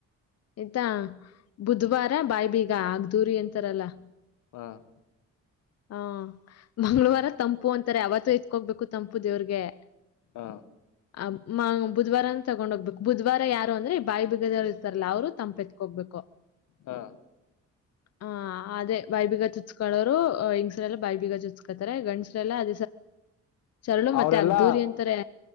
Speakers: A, on the left; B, on the left.
A: ಇತಾ ಬುಧವಾರ
B: ಹ್ಮ್
A: ಬಾಯಬೀಗ. <inaudible> <unintelligible>
B: ಹಾ <inaudible>
A: ಹಾ ಮಂ್ಗಳವಾರ ತಂಪು ಅಂತ <unintelligible> ತ್ತಾರೆ ಅವತ್ತು ಎತ್ಕೋ್ಬೇಕು ತಂಪು ದೇವ್ರಿಗೆ <unintelligible>
B: ಹಾ
A: ಆ ಮಾ <unintelligible> ಬುಧವಾರನ್ ತಗೊಂಡ್ ಹೋಗ್ಬೇಕು ಬುಧವಾರ ಯಾರು ಅಂದ್ರೆ ಬಾಯಿ ಬಿಗದವ್ ಇರ್ತಾರಲ್ಲ ಅವ್ರು ತಂಪೆತ್ಕೋಗ್ಬೇಕು <inaudible>
B: ಹಾ
A: ಹ ಅದೇ ಬೈಬೀಗ ಚುಚ್ಕೊಳ್ಳೋರು <inaudible> ಬಾಯಿ ಬೀಗ ಚುತ್ಕತಾರೆ ಗಂಡಸರೆಲ್ಲ <unintelligible> ಸರಳು ಮತ್ತೆ
B: ಅವರೆಲ್ಲಾ
A: ಅಗ್ದೂರಿ ಅಂತಾರೆ